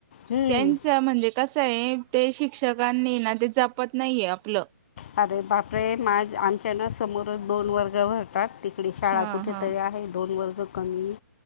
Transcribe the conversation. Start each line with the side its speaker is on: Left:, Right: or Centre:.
Left: हम्म.
Right: त्यांच म्हणजे कसं ये ते शिक्षकांनी ना ते जपत नाहीये आपलं.
Left: अरे बापरे! माझं आमच्या ना समोरचं दोन वर्ग भरतात. तिकडे शाळा
Right: हा
Left: कुठेतरी
Right: हा
Left: आहे दोन वर्ग कमी,